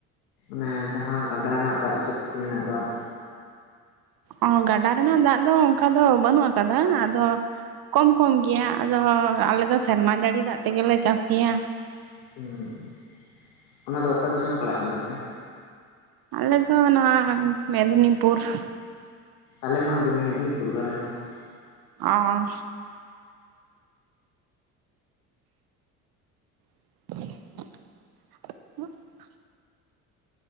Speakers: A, on the left (about 75°); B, on the right (about 55°).
A: ᱢᱟᱱᱮ ᱡᱟᱦᱟᱸ ᱜᱟᱰᱟ ᱨᱮᱱᱟᱜ ᱫᱟᱜ ᱥᱮ ᱯᱩᱠᱷᱨᱤ ᱨᱮᱱᱟᱜ ᱫᱟᱜ?
B: ᱚ, ᱜᱟᱰᱟ ᱨᱮᱱᱟᱜ ᱫᱟᱜ ᱫᱚ ᱚᱱᱠᱟ ᱫᱚ ᱵᱟᱹᱱᱩᱜ ᱟᱠᱟᱫᱟ ᱾ ᱟᱫᱚ ᱠᱚᱢ ᱠᱚᱢ ᱜᱮᱭᱟ ᱟᱫᱚ ᱟᱞᱮ ᱫᱚ ᱥᱮᱨᱢᱟ ᱡᱟᱹᱲᱤ ᱫᱟᱜ ᱛᱮᱜᱮ ᱞᱮ ᱪᱟᱥ ᱜᱮᱭᱟ ᱾
A: ᱦᱮᱸ ᱾ ᱚᱱᱟ ᱫᱚ ᱚᱠᱟ ᱫᱤᱥᱚᱢ ᱯᱟᱲᱟᱜ ᱠᱟᱱ ᱛᱟᱯᱮᱭᱟ?
B: ᱟᱞᱮ ᱫᱚ ᱱᱚᱣᱟ ᱢᱮᱫᱽᱱᱤᱯᱩᱨ ᱾
A: ᱟᱞᱮ ᱢᱟ ᱢᱮᱫᱽᱱᱤᱯᱩᱨ ᱜᱮ ᱟᱞᱮ ᱦᱚᱸ ᱾
B: ᱚᱻ <inaudible>